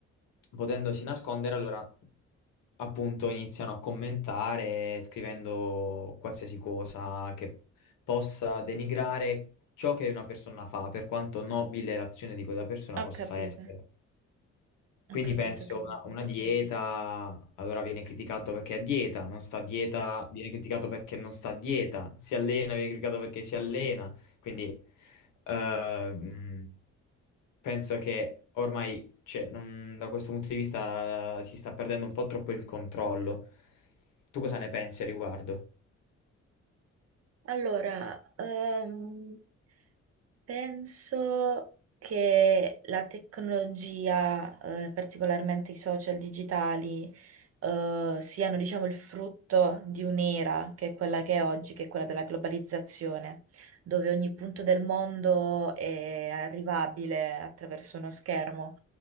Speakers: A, on the left; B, on the right.
A: potendosi nascondere, allora appunto iniziano a commentare scrivendo qualsiasi cosa che possa denigrare ciò che una persona fa, per quanto nobile l'azione di quella persona
B: Ho
A: possa
B: capito,
A: essere.
B: ho
A: Quindi
B: capito,
A: penso
B: ho capito.
A: una, una dieta, allora viene criticato perché è a dieta, non sta a dieta, viene criticato perché non sta a dieta, si allena, viene criticato perché si allena. Quindi eh, mh, penso che ormai, cioè, non- da questo punto di vista, eh, si sta perdendo un po' troppo il controllo. Tu cosa ne pensi a riguardo?
B: Allora, ehm, Penso che la tecnologia, eh, particolarmente i social digitali, eh, siano, diciamo, il frutto di un'era che è quella che è oggi, che è quella della globalizzazione, dove ogni punto del mondo è arrivabile attraverso uno schermo.